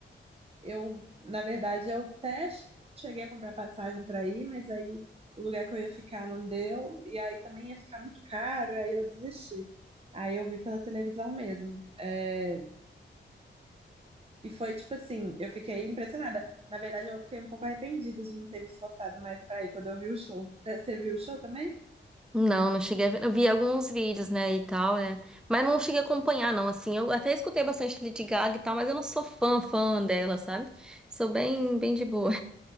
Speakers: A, on the right (about 30°); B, in the centre.
A: Eu, na verdade, eu até cheguei a comprar passagem para ir, mas aí o lugar que eu ia ficar não deu, e aí também ia ficar muito caro, e aí eu desisti. Aí eu vi pela televisão mesmo. É, E foi tipo assim, eu fiquei impressionada. Na verdade, eu fiquei um pouco arrependida de não ter me esforçado mais para ir quando eu vi o show. Você você viu o show também?
B: Não, não cheguei a ver. Eu vi alguns vídeos, né, e tal, né? Mas não cheguei a acompanhar, não, assim. Eu até escutei bastante Lady Gaga e tal, mas eu não sou fã, fã dela, sabe? Sou bem, bem de boa.